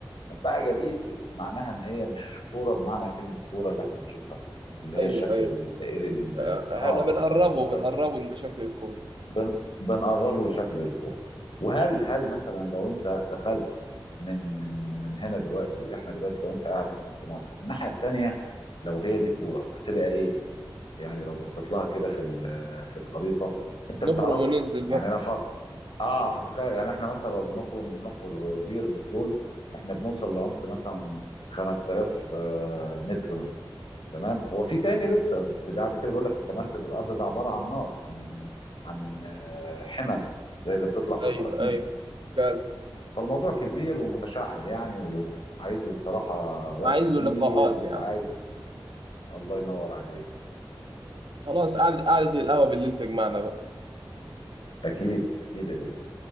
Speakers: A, on the left; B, on the right.
A: منبعجه دي ت- ت- معناها ان هي مش كوره بمعنى كلمه كوره اللي احنا بنشوفها اللي هي
B: ايوه
A: الشكل
B: ايوه
A: الدائري الم...
B: آه،
A: اه
B: احنا بنقربه
A: واخد بالك المجسم
B: بنقربه لشكل الكورة
A: بن بنقربه لشكل الفور وهل هل مثلا لو انت دخلت من من من هنا دلوقتي احنا دلوقتي لو انت قاعد مثلا في مصر الناحيه التانيه لو هي دي كوره هتبقى ايه؟ يعني لو بصيت لها كده في ال- في الخريطه انت
B: نخرم
A: ما تعرفش
B: وننزل بقى
A: يعني انا ف... اه فتخيل يعني احنا مثلا لو بنخرج ونحفر بير بترول احنا بنوصل لعمق مثلا 5000 آه، متر مثلا تمام هو في تاني لسه بس بعد كده بيقول لك انت مركز الارض ده عباره عن نار عن عن آه، حمم زي اللي بتطلع في
B: ايوه
A: البراكين
B: ايوه فعلا
A: فالموضوع كبير ومتشعب يعني وعايز له بصراحه وقت
B: عايز
A: كبير
B: له لقاءات
A: وعايز
B: يعني
A: الله ينور عليك
B: خلاص قعدة قعدة القهوة بالليل تجمعنا بقى
A: اكيد اكيد يا بيه